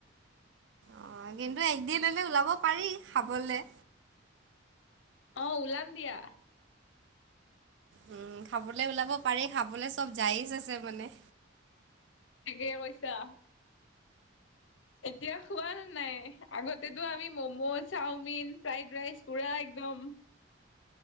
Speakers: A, on the right; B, on the left.
A: আহ কিন্তু এদিন হলে ওলাব পাৰি খাবলৈ।
B: অ ওলাম দিয়া।
A: উম খাবলৈ ওলাব পাৰি খাবলৈ চব যায় আছে। মানে।
B: একেই পইছা। এতিয়া খোৱা নাই আগতেতটো আমি ম'ম' চাওমিন ফ্ৰাইড ৰাইচ পুৰা। একদম।